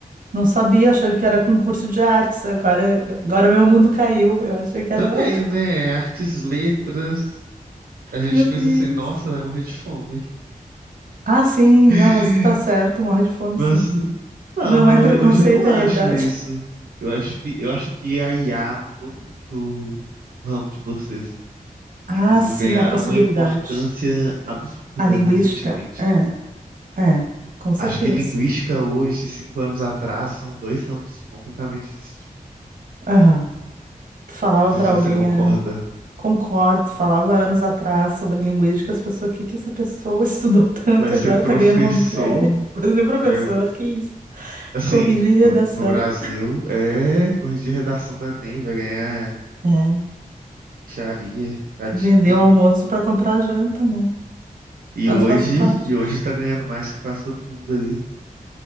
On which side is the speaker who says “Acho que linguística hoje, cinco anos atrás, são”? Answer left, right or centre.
Right